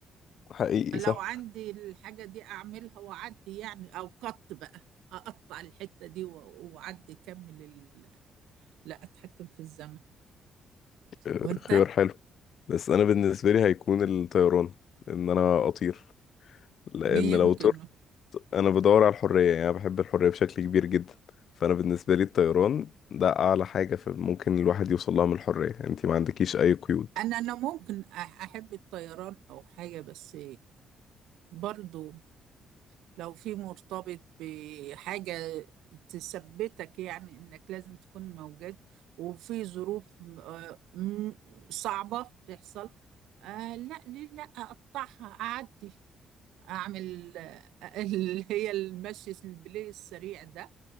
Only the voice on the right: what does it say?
لو
عندي الحاجة دي اعملها واعدي يعني او قط بقى اقطع الحتة دي و- واعدي كمل ال... لا اتحكم في الزمن
وانت
يمكن
انا انا ممكن أح- احب الطيران او حاجة بس برضو لو في مرتبط بحاجة تثبتك يعني إنك لازم تكون موجود وفي ظروف آه، م- صعبة تحصل آه لا ليه لا أقطعها أعدي أعمل آه، <laughs> اللي هي المشي البلاي السريع ده